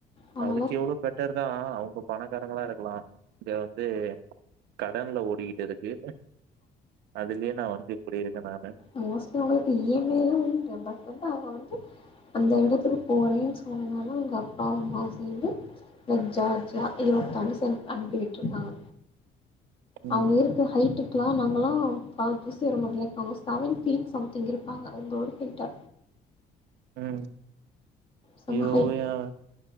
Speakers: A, on the left; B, on the right.
A: அவங்களா
B: அதுக்கு எவ்ளோ பெட் டருதா அவுங்க பணக்காரங்களா இருக்கலா இங்க வந்து கடன்ல ஓடிக்கிட்டு இருக்கு அதுலியே நா வந்து இப்டி இருக்கே நானு
A: மோஸ்ட்லி அவுங்களுக்கு இ எம் ஐலா உண்டு பட் வந்து அவுங்க வந்து அந்த எடத்துக்கு போறே சொன்னனால அவுங்க அப்பா அம்மாவு சேந்து லைக் ஜார்ஜா ஈரோப் தாண்டி சென் அனுப்பி விட்ருக்காங்க
B: ம்
A: அவுங்க இருக்க ஹைட்டுக் லா நாங்கலா கால் தூசி வர மாட் லைக் அவுங்க செவன் ஃபீட் சம்திங் இருப்பாங்க உங்களோட ஹைட்டா
B: ம்
A: செம
B: ஐயோ
A: ஹைட்
B: ஏங்க